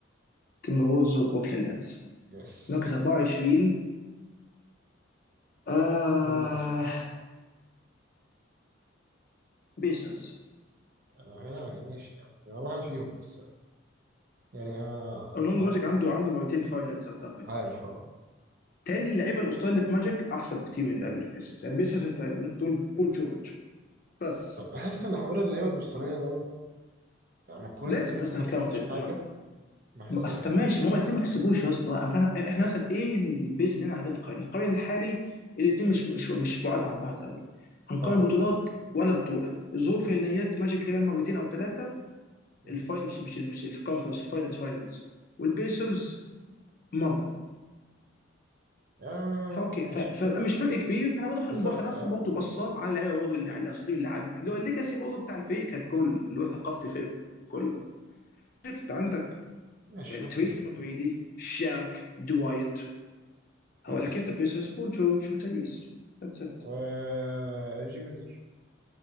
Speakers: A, on the left; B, on the right.
A: تيمبروز وبروكلين نتس
B: يس
A: مركز 24 آه
B: لندن ماجيك
A: بيسرز
B: أنا يعني ماشي يعني أنا واحد فيهم بس يعني آه
A: اورلاندو
B: أنا
A: ماجيك
B: ممكن-
A: عنده عنده مرتين فاينلز اعتقد
B: عارف اه
A: تاني اللعيبه الاسطوريه اللي في ماجيك احسن بكتير من اللعيبه اللي في بيسرز يعني بيسرز انت ممكن تقول بول جورج بس
B: بحس ان حوار اللعيبه الاسطوريه دوت لما تكون
A: لازم
B: انت لسه
A: اصلا
B: ما كسبتش
A: كاونتد
B: حاجه
A: ما
B: بحس
A: ما- اصل
B: إن لما
A: طب ماشي
B: يكون-
A: ما هما الاثنين ما كسبوش
B: بيكون
A: يا اسطى فأنا- احنا مثلا ايه البيس اللي احنا عندنا نقارن نقارن الحالي الاثنين مش مش مش بعاد عن بعض قوي هنقارن
B: اه
A: بطولات ولا بطوله ظروف نهائيات
B: يس.
A: ماجيك تقريبا مرتين او ثلاثه
B: مم.
A: الفاينل مش مش مش الكونفرنس الفاينلز فاينلز والبيسرز مره
B: اه
A: فاوكي
B: ماشي
A: ف- فمش فرق كبير فاحنا برضه هنبقى-
B: بالظبط
A: هناخد
B: اه
A: برضه بصه على اللعيبه برضه اللي على الاساطير اللي عدت اللي هو الليجاسي برضه بتاع الفريق ككل اللي هو ثقافه الفريق كله انت عندك
B: ماشي
A: يعني
B: اوكي
A: تريسي ماجريدي شاك دوايت هو
B: يس
A: لكن انت بيسوس وجورج وتايريس ذاتس ات
B: و جي ميلر